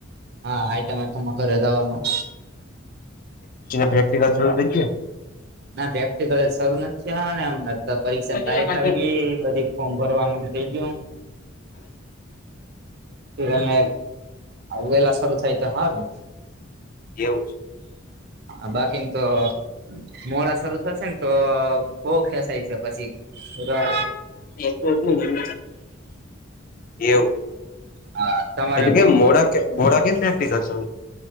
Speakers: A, on the right; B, on the left.
A: હા હ તમામે તમારે ઘરે જવાનું.
B: પ્રેક્ટિકલ થાય ગયું?
A: ના પેફ્ટ <unintelligible> કલર સારું <inaudible> નથીને એમ નથી. પરીક્ષા
B: ગયા
A: તારીખ આવી ગઈ બધી ફોર્મ ભરવાનું થઇ ગયું વલ ને વેલા શરૂુ થાય તો હારુ
B: એવું છે.
A: હ બાકીને તો મોડા શરૂ થશે ને તો? બઉ ખેસાય છે પછી ખલું?
B: એટલું એટલું ધન એવું.
A: હા તમારે
B: એટલે
A: હું
B: કેમ મોડા મોડા કેમ પ્રેક્ટ કરલ છો?